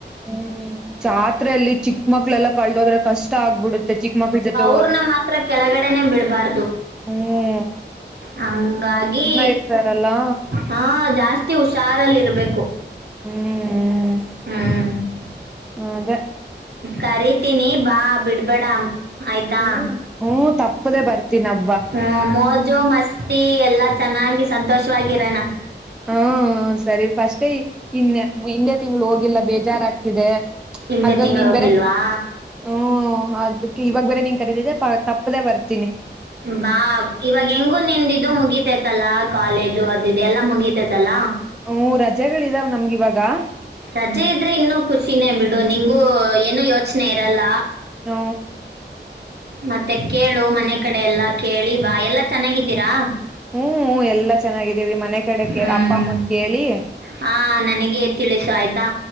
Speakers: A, in the centre; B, on the right (about 60°).
A: ಹ್ಮ ಜಾತ್ರೆಲ್ಲಿ ಚಿಕ್ಕ ಮಕ್ಳೆಲ್ಲ ಎಲ್ಲ ಕಳ್ದೋದ್ರೆ ಕಷ್ಟ ಆಗ್ಬಿಡುತ್ತೆ ಚಿಕ್ಕ ಮಕ್ಳ ಜೊತೆ
B: ಪೂರ್ನ ಮಾತ್ರ ಕೆಳಗಡನೆೇ ಬಿಡ್ಬಾರ್ದು.
A: ಹ್ಮ.
B: ಹಂಗಾಗಿ
A: ಇರ್ತಾರಲ್ಲ
B: ಹ ಜಾಸ್ತಿ ಕಿ ಹುಷಾರಲ್ಲಿ ಇರ್ಬೇಕು.
A: ಹ್ಮ ಹ್ಮ.
B: ಹ್ಮ.
A: ಅದ
B: ಕರಿತೀನಿ ಬಾ ಬಿಡ್ಬೇಡ. ಆಯ್ತಾ
A: ಹ್ಮ ಹ್ಮ ತಪ್ಪದೆೇ ಬರ್ತೀನ ಪ
B: ಹ್ಮ ಮೋಜು ಮಸ್ತಿ ಎಲ್ಲಾ ಚೆನ್ನಾಗಿ ಸಂತೋಷವಾಗಿರಣ.
A: ಹ್ನ ಸರಿ ಫಸ್ಟೇ ಇನ್ನ ಹಿಂದೆ ತಿಂಗಳು ಹೋಗಿಲ್ಲ ಬೇಜಾರಾಗ್ತಿದೆ.
B: ಹಿಂದೆ
A: ಅದ್ರಲ್ಲಿ
B: ತಿಂಗಳು
A: ನೀನ
B: ಹೋಗಿಲ್ವಾ
A: ಬೇರೆ ಹ್ಮ. ಅದಕ್ಕೆ ಇವಾಗ ಬೇರ ನೀನ ಕರೀತಿದ್ದ ತಪ್ಪದೆೇ ಬರ್ತೀನಿ.
B: ಬಾ ಇವಾಗ ಹೆಂಗು ನಿಂದದು ಮುಗಿತೈತಲ್ಲಾ ಕಾಲೇಜು ಅದ ದೆ ಎಲ್ಲ ಮುಗತೈತಲ್ಲ.
A: ಹ್ಮ್ ರಜೆಗಳ ಇದಾವ್ ನಮ್ಗ ಇವಾಗ
B: ರಜೆ ಇದ್ರೆ ಇನ್ನೂ ಖುಷಿನೇ ಬಿಡ. ಡು ನಿಂಗೂ ಏನು ಯೋಚನೆ ಇರಲ್ಲ.
A: ಹ್ನು
B: ಮತ್ತೆ ಕೇಳು ಮನೆ ಕಡೆ ಎಲ್ಲಾ ಕೇಳಿ ಬಾ ಎಲ್ಲಾ ಚೆನ್ನಾಗಿದ್ದೀರಾ.
A: ಹ್ಮ ಹು ಎಲ್ಲಾ ಚೆನ್ನಾಗಿದ್ದೀವಿ ಮನೆ ಕಡೆ
B: ಹ್ಮ್
A: ಅಪ್ಪ ಅಮ್ಮನ ಕೇಳಿ
B: ಹಾ ನನಗೆ ತಿಳಿಸಾಯ್ತಾ